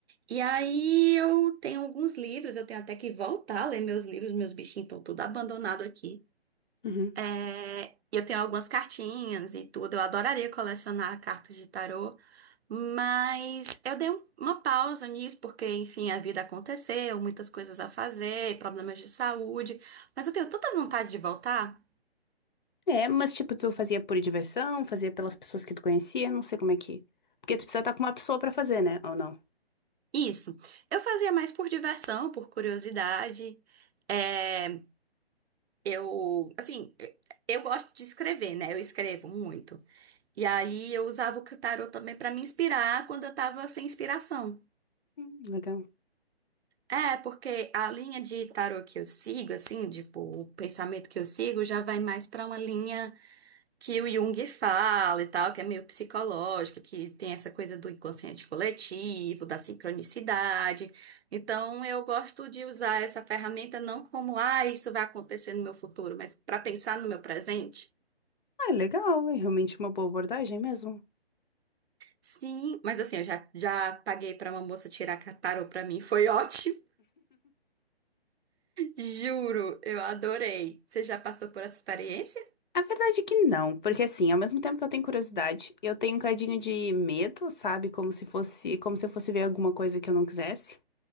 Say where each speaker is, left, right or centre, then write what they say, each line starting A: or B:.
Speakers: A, on the right; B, on the left.
A: E aí eu tenho alguns livros, eu tenho até que voltar a ler meus livros, meus bichinhos estão tudo abandonado aqui.
B: uhum.
A: É, eu tenho algumas cartinhas e tudo, eu adoraria colecionar cartas de tarô, mas eu dei um- uma pausa nisso porque, enfim, a vida aconteceu, muitas coisas a fazer, problemas de saúde, mas eu tenho tanta vontade de voltar.
B: É, mas tipo, tu fazia por diversão, fazia pelas pessoas que tu conhecia, não sei como é que. Porque tu precisa estar com uma pessoa pra fazer, né? Ou não?
A: Isso, eu fazia mais por diversão, por curiosidade. É, eu, assim, eu gosto de escrever, né? Eu escrevo muito. E aí eu usava o tarô também para me inspirar quando eu tava sem inspiração.
B: Hum, legal.
A: É, porque a linha de tarô que eu sigo, assim, tipo, o pensamento que eu sigo já vai mais para uma linha que o Jung fala e tal, que é meio psicológica, que tem essa coisa do inconsciente coletivo, da sincronicidade. Então eu gosto de usar essa ferramenta não como, ah, isso vai acontecer no meu futuro, mas para pensar no meu presente.
B: Ah, legal, é realmente uma boa abordagem mesmo.
A: Sim, mas assim, eu já, já paguei para uma moça tirar tarô para mim, foi ótimo. Juro, eu adorei. Você já passou por essa experiência?
B: A verdade é que não, porque assim, ao mesmo tempo que eu tenho curiosidade, eu tenho um cadinho de medo, sabe? Como se fosse, como se eu fosse ver alguma coisa que eu não quisesse.